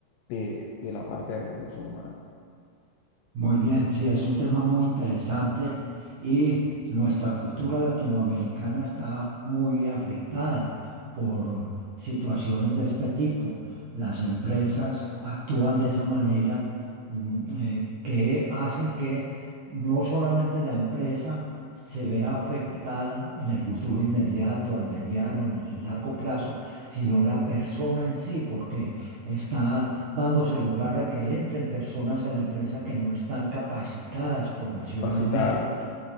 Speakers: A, on the left; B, on the right.
A: de, de la parte de recursos humanos?
B: Muy bien, sí, es un tema muy interesante y nuestra cultura latinoamericana está muy afectada por situaciones de este tipo. Las empresas actúan de esa manera mm, eh, que hacen que no solamente la empresa se vea afectada en el futuro inmediato, al mediano, en el largo plazo, sino la persona en sí, porque está dándose lugar a que entren personas a la empresa que no están capacitadas profesionalmente
A: Capacitarse,